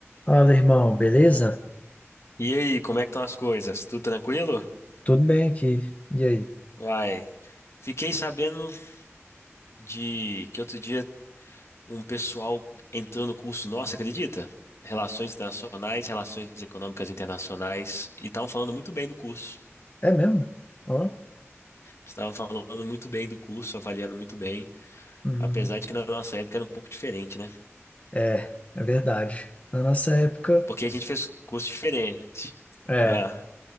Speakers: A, on the left (about 30°); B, on the left (about 65°).
A: Fala, irmão, beleza?
B: E aí, como é que estão as coisas? Tudo tranquilo?
A: Tudo bem aqui. E aí?
B: Vai. Fiquei sabendo de que outro dia um pessoal entrou no curso nosso, acredita? Relações Internacionais, Relações Econômicas Internacionais, e estavam falando muito bem do curso.
A: É mesmo? Ó.
B: Estavam falando muito bem do curso, avaliando muito bem,
A: Uhum.
B: apesar de que na nossa época era um pouco diferente, né?
A: É, é verdade. Na nossa época,
B: Porque a gente fez curso diferente.
A: é.
B: Ah,